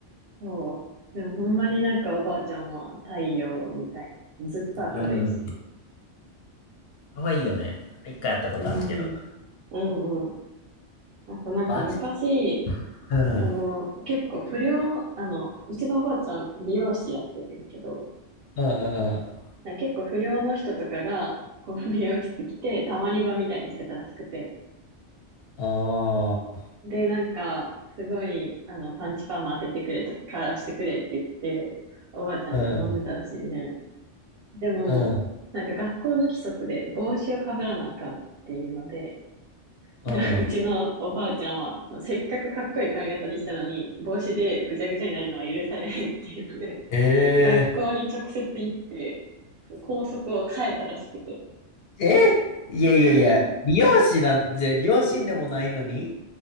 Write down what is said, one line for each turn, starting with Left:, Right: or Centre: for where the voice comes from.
Right: そう。でもほんまになんかおばあちゃんは太陽みたいな。ずっと明るいし。
Left: うん、可愛いよね。一回やったことあるけど。
Right: うん。うんうん。あとなんか昔、
Left: マジうん、
Right: その、結構不良、あの、うちのおばあちゃん美容師やっててんけど、
Left: うん、うん、うん。
Right: なんか結構不良の人とかが、こう美容室来て、たまり場みたいにしてたらしくて。
Left: ああ、
Right: で、なんか、すごい、あの、パンチパーマ当ててくれとか、カラーしてくれって言って、おばあちゃんに頼んでたらしいね。
Left: うん、
Right: でも、
Left: うん、
Right: なんか学校の規則で帽子をかぶらなあかんっていうので、
Left: うん。
Right: で、うちのおばあちゃんは、そのせっかくかっこいい髪型にしたのに、帽子でぐちゃぐちゃになるのは許されへんっていうので、
Left: え
Right: 学校に直接行って、校則を変えたらしくて。
Left: ええいやいやいや、
Right: <laughs>
Left: 美容師なんで、両親でもないのに